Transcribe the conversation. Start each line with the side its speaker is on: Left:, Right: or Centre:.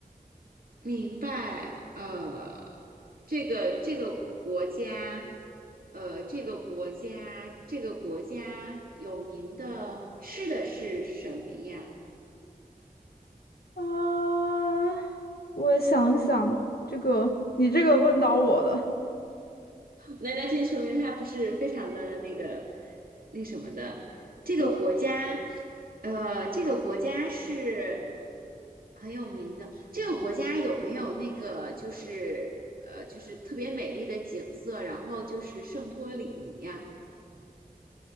Right: 明白，呃，这个这个国家，呃，这个国家，这个国家有名的吃的是什么呀？
Left: 啊，我想想，这个你这个问到我了。
Right: 那那这说明它不是非常的那个那什么的。这个国家，
Left: 对，
Right: 呃，这个国家是很有名的。这个国家有没有那个就是呃，就是特别美丽的景色，然后就是圣托里尼呀？